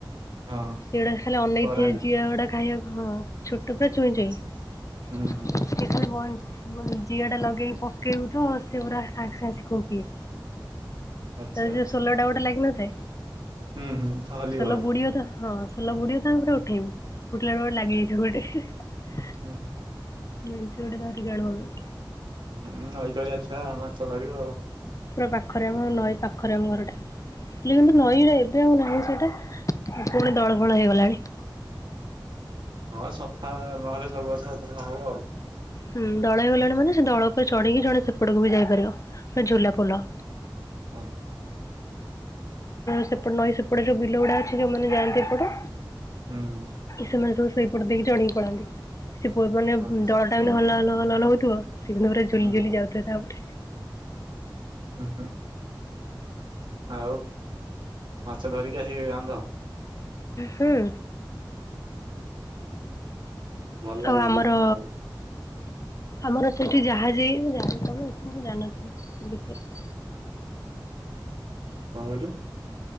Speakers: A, on the right; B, on the left.
A: ହଁ
B: ସେଗୁଡା ଖାଲି ଅନେଇ
A: କରାଣ୍ଡି
B: ଥିବେ ଜିଆ ଗୁଡା ଖାଇଆକୁ। ଛୋଟ ପୁରା ଚୁଇଁ ଚୁଇଁ।
A: ଆଚ୍ଛା ହୁଁ ହୁଁ
B: ସେ ଖାଲି ବ <unintelligible> ଜିଆଟା ଲଗେଇକି ପକେଇବୁ ତ, ସେ ପୁରା ସାଙ୍ଗେ ସାଙ୍ଗେ ଆସିକି ଖୁମ୍ପିବେ।
A: ଆଚ୍ଛା
B: ତାର ଯୋଉ
A: ଆଚ୍ଛା
B: ଷୋଲୋଟା ଗୋଟେ ଲାଗିନଥାଏ,
A: ହୁଁ ହୁଁ ଠହଲି
B: ଷୋଲୋ
A: ଗହଡା
B: ବୁଡିବ ତ ହଁ ସୋଲ ବୁଡିବ ତ ଆମେ ପୁରା ଉଠେଇବୁ, ଉଠିଲା ବେଳେ ଲାଗିଯାଇଥିବ ଗୋଟେ ହି- ହି।
A: ହୁଁ।
B: ମେଞ୍ଚେ ଗୋଟେ ଧରିକି ଅଣୁ ଆମେ।
A: ହୁଁ ନଈ ତଳିଆ ଛୁଆ ଆଉ, ମାଛ ଧରିବ ଆଉ।
B: ପୁରା ପାଖରେ ଆମ, ନଈ ପାଖରେ ଆମ ଘରଟା। <unintelligible> ନଈଟା ଏବେ ଆଉ ନାହିଁ ସେଇଟା, ଆଉ ପୁଣି ଦଳ ଫଳ ହେଇଗଲାଣି।
A: ହଁ ସଫା ନହେଲେ ସବୁ ବର୍ଷ ଦଳ ହବ ଆଉ।
B: ହୁଁ ଦଳ ହେଇଗଲାଣି ମାନେ, ସେ ଦଳ ଉପରେ ଚଢିକି ଜଣେ ସେପଟକୁ ବି ଯାଇପାରିବ। ପୁରା ଝୁଲା ପୋଲ।
A: ଆଚ୍ଛା।
B: ସେପଟ ନଈ ସେପଟେ ଯୋଉ ବିଲ ଗୁଡା ଅଛି, ଯୋଉମାନେ ଯାଆନ୍ତି ଏପଟୁ।
A: ହୁଁ
B: ସେମାନେ ସବୁ ସେଇପଟ ଦେଇକି ଚଢ଼ିକି ପଳାନ୍ତି ସେ ମାନେ
A: ଆଚ୍ଛା
B: ଦଳ ଟା ଏମତି ହଲ ହଲ ହଲ ହଲ ହଉଥିବ। <unintelligible> ଝୁଲି
A: ହୁଁ
B: ଝୁଲି ଯାଉଥାଏ ତାପରେ
A: ହୁଁ ହୁଁ। ଆଉ ମାଛ ଧରିକି ଆସିକି ରାନ୍ଧ?
B: ହୁଁ।
A: ଭଲ ଲାଗିବ
B: ଆଉ ଆମର
A: ଦେଶୀ ମାଛ ଗୁଡା।
B: ଆମର ସେଇଠି ଜାହାଜ ହେଇ <unintelligible> ଜାଣିନଥିବ ଭିତରେ।
A: କଣ କହିଲୁ?